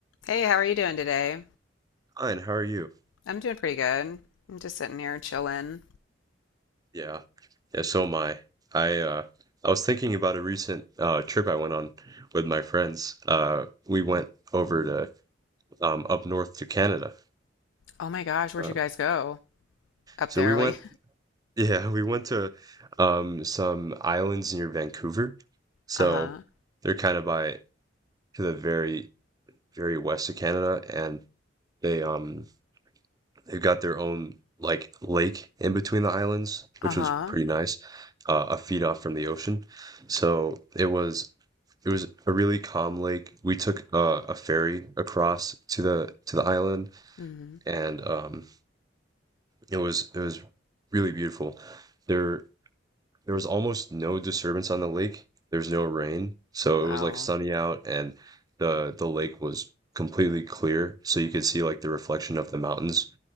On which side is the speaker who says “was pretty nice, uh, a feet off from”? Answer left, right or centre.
Right